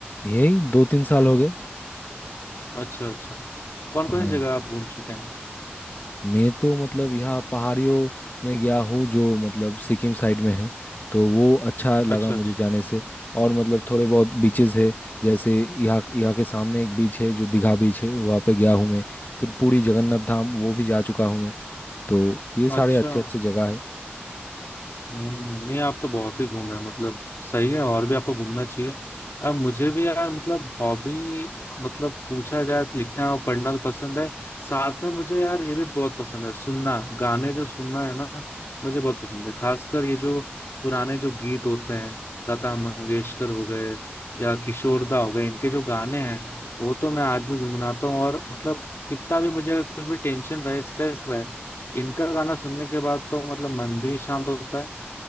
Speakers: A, on the left; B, on the left.
A: यही दो तीन साल हो गए
B: अच्छा अच्छा कौन कौन
A: हाँ
B: सी जगह आप घूम चुके हैं
A: मैं तो मतलब यहाँ पहाड़ियों में गया हूँ जो मतलब सिक्किम साइड में है तो वो अच्छा लगा
B: अच्छा
A: मुझे
B: अच्छा
A: जाने से और मतलब थोड़े बहुत बीचेस है जैसे यहाँ यहाँ के सामने एक बीच है जो दीघा बीच है वहाँ पे गया हूँ मैं फिर पुरी जगन्नाथ धाम वो भी जा चुका हूँ मैं तो ये सारे
B: अच्छा
A: अच्छे अच्छे जगह है
B: हम्म, नहीं आप तो बहुत ही घूमे हैं, मतलब सही है और भी आपको घूमना चाहिए अब मुझे भी यार मतलब हॉबी मतलब पूछा जाए तो लिखना और पढ़ना तो पसंद है साथ में मुझे यार ये भी बहुत पसंद है सुनना गाने जो सुनना है ना मुझे बहुत पसंद है खासकर ये जो पुराने जो गीत होते हैं लता मंगेशकर हो गए या किशोरदा हो गए इनके जो गाने हैं वो तो मैं आज भी गुनगुनाता हूँ और मतलब कितना भी मुझे अगर कुछ भी टेंशन रहे स्ट्रेस रहे इनका गाना सुनने के बाद तो मतलब मन भी शांत होता है